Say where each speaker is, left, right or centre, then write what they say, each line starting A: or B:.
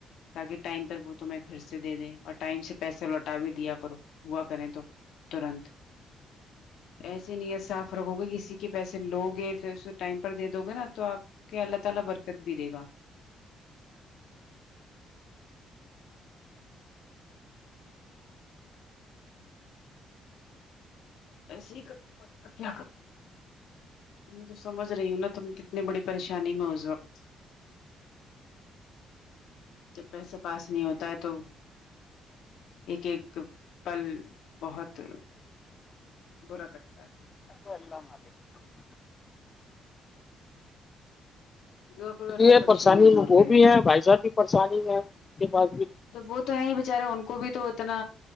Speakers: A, on the left (about 75°); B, on the left (about 30°).
A: تاکہ ٹائم پر وہ توم پھر سے دے دیں اور ٹائم سے پیسہ لوٹ ہٹا بھی دیا کرو ہوا کریں تو ترنت ایسی نیت صاف رکھو گے کسی کے پیسے لو گے پھر اسے ٹائم پر دے دو گے نا تو آپ اللہ تعالی برکت بھی دے گا ایسے ہی کرنا پڑے گا کیا کر میں تو سمجھ رہی ہوں نا تم کتنی بڑی پریشانی میں اس وقت جب پیسے پاس نہیں ہوتا ہے تو ایک ایک پل بہت برا پتا ہے
B: ا م
A: دعا کرو اللہ
B: ہے پریشانی
A: دور
B: وہ
A: کرے
B: بھی ہے بھائی صاح بھی پریشانی ہے اس کے پاس بھی
A: تو وہ تو ہے ہی بیچارے ان کو بھی تو اتنا